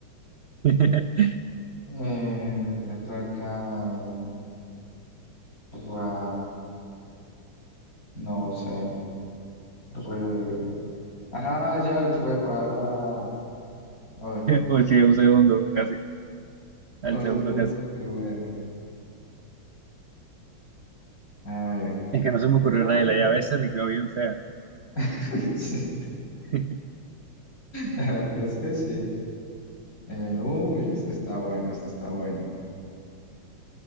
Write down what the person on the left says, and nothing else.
Eh, la tuerca. eh, ra, no sé. Re, ah, ya es reparar. Uy,
solo
un punto,
pero bueno. A ver,
creo
que ahora.
<laughs> Sí,
la verdad es que sí. Eh, uy, este está bueno, este está bueno.